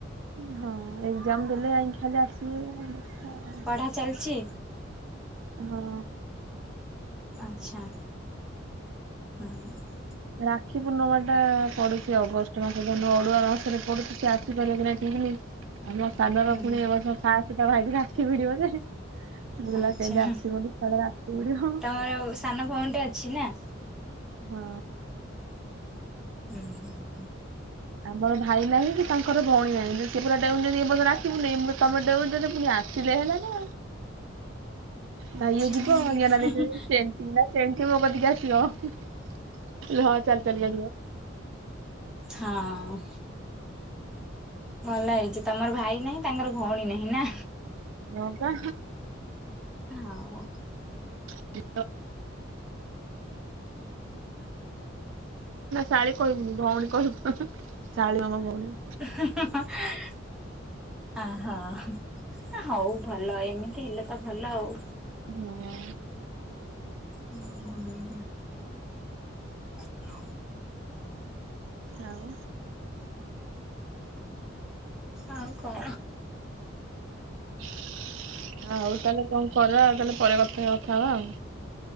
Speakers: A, on the right (about 70°); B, in the centre.
A: ହଁ ଏକଜାମ୍ ଦେଲେ ଯାଇଁକି ଖାଲି ଆସିବି, ନହେଲେ
B: ପଢା ଚାଲିଛି
A: ହଁ।
B: ଆଛା। ହଁ
A: ରାକ୍ଷୀ ପୂର୍ଣ୍ଣିମା ଟା ପଡୁଛି ଅଗଷ୍ଟ ମାସ। ଗ ଅଡୁଆ ମାସରେ ପଡୁଛି ସେ ଆସି ପାରିବ କି ନାଇ ଠିକ ନାଇଁ। ଆମ ସାନର
B: ହୁଁ
A: ପୁଣି ଏ ବର୍ଷ ସାତ ତା ଭାଇକି ରାକ୍ଷୀ ଭିଡିବ ଯେ। ବୋଉ କହିଲା
B: ଆଚ୍ଛା
A: କେବେ ଆସିବ
B: ହଁ।
A: <unintelligible> ରାକ୍ଷୀ ଭିଡ଼ିବ।
B: <unintelligible> ସାନ ଭଉଣିଟେ ଅଛି ନା?
A: ହଁ।
B: ଉଁ ହୁଁ।
A: ଆମର ଭାଇ ନାହିଁ କି ତାଙ୍କର ଭଉଣୀ ନାହିଁ। ଯେ ସେ ପୁରା ଡେଉଁଛନ୍ତି ଏ ବର୍ଷ ରାକ୍ଷୀ ପୁନେଇ ମୁଁ କହିଲି ତମେ ଡେଉଛ ଯେ ପୁଣି ଆସ। ଆସିଲେ ହେଲାନା ନା
B: ଆଚ୍ଛା
A: ଇଏ ଯିବ
B: ହୁଁ
A: ୟା ନାଁ ଦେଇଛନ୍ତି ଦେବେ ସେଣ୍ଟ। ପିଲା ସେମୀତି ମୋ କତିକୀ ଆସିବ ହଁ ଚାଲି ଚାଲି କା ଯିବ।
B: ହଁ। ଭଲ ହେଇଛି ତମର ଭାଇ ନାହିଁ ତାଙ୍କର ଭଉଣୀ ନାହିଁ ନା।
A: ହଁ ପା।
B: ଆଉ
A: <unintelligible> ଭଉଣୀ ଶାଳୀ କହିବୁନି ଭଉଣୀ କହିବୁ ଶାଳୀ ଆମ ଭଉଣୀ
B: <unintelligible> ଅ ହଁ ହଉ ଭଲ ଏମିତି ହେଲେ ତ ଭଲ ଆଉ
A: ହୁଁ
B: ହୁଁ ହ
A: ଆଉ
B: ଆଉ କଣ
A: ହ ଆଉ ତାହେଲେ କଣ କର ତାହେଲେ ପରେ କଥା ହବା ଆଉ